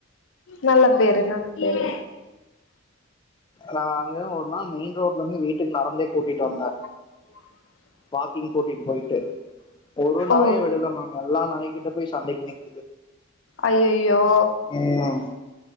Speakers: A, on the left (about 70°); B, on the left (about 25°).
A: நல்ல பேரு நல்ல பேரு
B: நா அங்க ஒரு நாள் மெயின் ரோட்ல இருந்து வீட்டுக்கு நடந்தே கூட்டிட்டு வந்தே
A: செரி
B: வாக்கிங் கூட்டிட்டு போயிட்டு ஒரு நாயை
A: ஓ
B: விடல மேம் எல்லா நாய்க்கிட்ட போய் சண்டைக்கு நிக்
A: அய்யயோ
B: ம்.